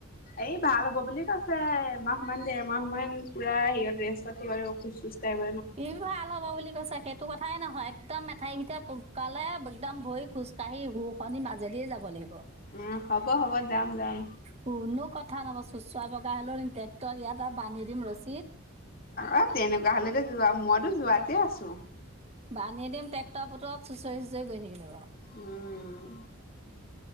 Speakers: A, on the left; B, on the right.
A: এই ভাল হ'ব বুলি কৈছে এমাহ মান দেৰ মাহ মান পুৰা হেৰিয়ত ৰেষ্টত থাকিব লাগিব খোজ চোজ কাইব
B: ই ভাল হব বুলি কৈছে হেত টো কথাই নহয় একদম এঠাই ভিতৰ পকালে একদম ভৰি খোজকাাঢ়ি শু শনি মাজেদিয়ে যাব লাগিব
A: উ হ'ব হ'ব যাম যাম
B: কোনো কথা নহব চোচৰাই বগাই হ'লও নিম ট্ৰেক্টৰ ইয়াত আৰু বান্ধি দিম ৰছীদ
A: অ তেনেকুৱা হলেতো যোৱা মইতো যোৱাতে আছো
B: বানি দিম ট্ৰেক্টৰ পুতৰত চুচই চুচৰি গৈ থাকিব লাগিব
A: উম